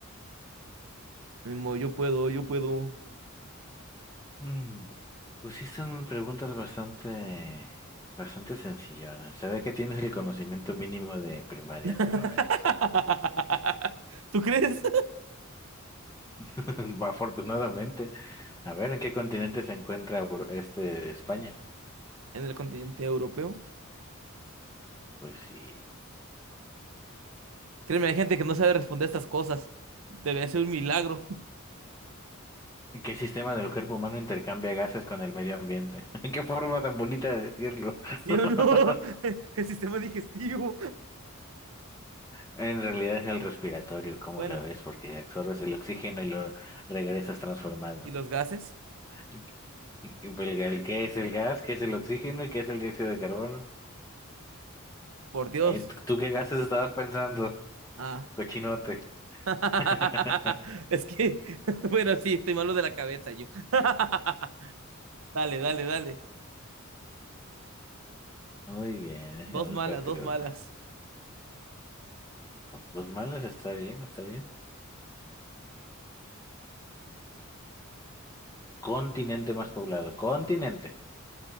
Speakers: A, on the right (about 75°); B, on the left (about 15°).
A: Ni modo, Yo puedo, yo puedo.
B: Mm. Pusiste un- preguntas bastante, bastante sencillonas. Se ve que tienes el conocimiento mínimo de primaria
A: <laughs>
B: hasta el momento.
A: ¿Tú crees?
B: <laughs> Afortunadamente. A ver, ¿en qué continente se encuentra Bru- este España?
A: En el continente europeo.
B: Pues sí.
A: Créeme, hay gente que no sabe responder estas cosas. Debe ser un milagro.
B: ¿Y ¿Qué sistema del cuerpo humano intercambia gases con el medio ambiente? <laughs> Qué forma tan bonita de decirlo.
A: <laughs>
B: <laughs>
A: ¿Sí o no? <laughs> El sistema digestivo.
B: En realidad es el respiratorio, ¿cómo
A: Bueno,
B: lo ves? Porque absorbes el oxígeno y lo regresas transformado.
A: ¿y los gases?
B: ¿Y- y- y pues, el, el qué es el gas? ¿Qué es el oxígeno? ¿Y qué es el dióxido de carbono?
A: Por Dios.
B: ¿Eh? ¿Tú tú qué gases estabas pensando?
A: Ah.
B: Cochinote.
A: <laughs>
B: <laughs>
A: Es que, <laughs> bueno, sí, estoy malo de la cabeza yo. <laughs> Dale, dale, dale.
B: Muy bien, déjame
A: Dos
B: buscarte
A: malas, dos malas.
B: una. Los malos está bien, está bien. Continente más poblado. Continente,